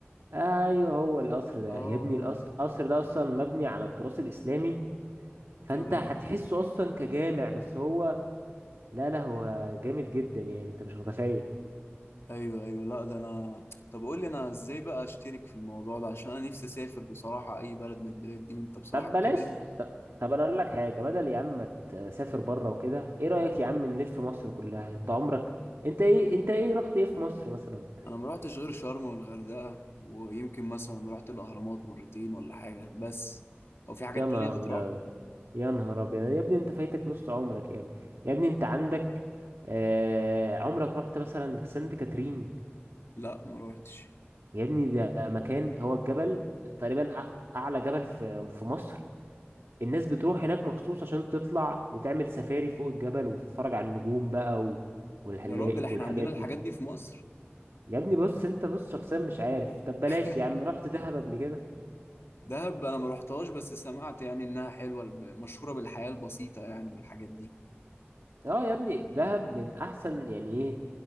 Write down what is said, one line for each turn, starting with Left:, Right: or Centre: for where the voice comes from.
Right: ايوه هو القصر ده
Left: اه
Right: يا ابني القصر القصر ده اصلا مبني على التراث الاسلامي فانت
Left: اه
Right: هتحسه اصلا كجامع بس هو لا لا هو جامد جدا يعني انت مش متخيل
Left: ايوه ايوه لا ده انا طب قول لي انا ازاي بقى اشترك في الموضوع ده عشان انا نفسي اسافر بصراحه اي بلد من البلاد دي وانت بصراحه
Right: طب
Left: الكلام
Right: بلاش ط- طب انا اقول لك حاجه بدل يا عم ما تسافر بره وكده ايه رايك يا عم نلف مصر كلها انت عمرك انت ايه انت ايه رحت ايه في مصر مثلا
Left: انا ما رحتش غير شرم والغردقه ويمكن مثلا رحت الاهرامات مرتين ولا حاجه بس هو في حاجات
Right: يا نهار
Left: تانية
Right: ابيض
Left: تتراح
Right: يا نهار ابيض يا ابني انت فايتك نص عمرك يا ابني يا ابني انت عندك آه... عمرك رحت مثلا سانت كاترين
Left: لا ما روحتش
Right: يا ابني ده مكان هو الجبل تقريبا أع- اعلى جبل في في مصر الناس بتروح هناك مخصوص عشان تطلع وتعمل سفاري فوق الجبل وتتفرج على النجوم بقى و... والحلاق
Left: يا راجل احنا
Right: والحاجات
Left: عندنا الحاجات
Right: دي
Left: دي في مصر
Right: يا ابني بص انت بص شخصيا مش عارف طب بلاش
Left: <laughs>
Right: يا عم رحت دهب قبل كده
Left: دهب انا ما روحتهاش بس سمعت يعني انها حلوه ب- مشهوره بالحياه البسيطه يعني والحاجات دي
Right: اه يا ابني دهب من احسن يعني ايه